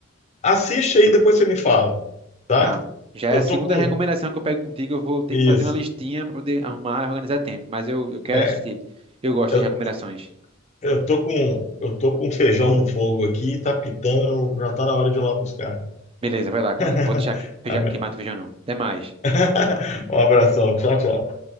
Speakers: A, on the left; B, on the right.
A: assiste aí, depois você me fala, tá?
B: Tá. Já
A: Eu
B: é a segunda
A: tô com
B: recomendação que eu pego contigo. Eu vou ter
A: isso.
B: que fazer uma listinha para poder arrumar e organizar tempo. Mas eu, eu quero
A: É,
B: assistir. Eu gosto
A: eu,
B: das recomendações.
A: eu tô com eu tô com feijão no fogo aqui, tá pitando, já tá na hora de ir lá buscar.
B: Beleza, vai lá, cara.
A: <laughs>
B: Não vou deixar que, feijão-
A: Amém.
B: queimar teu feijão, não. Até mais.
A: <laughs> Um abração, tchau, tchau.